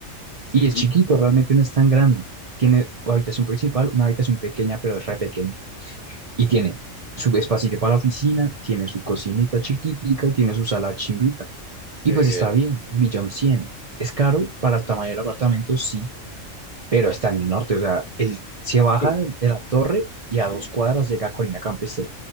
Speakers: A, on the left; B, on the right.
A: sí,
B: Y es chiquito, realmente no es tan grande. Tiene una habitación principal, una habitación pequeña, pero es re pequeña. Y tiene su espacito para la oficina, tiene su cocinita chiquitica y tiene su sala chimbita.
A: severo.
B: Y pues está bien, y millón cien. Es caro para el tamaño del apartamento, sí, pero está en el norte. O sea, él se
A: Cu-
B: baja
A: cuál-
B: de de la torre y
A: Sí,
B: a dos cuadras llega a Colina Campestre.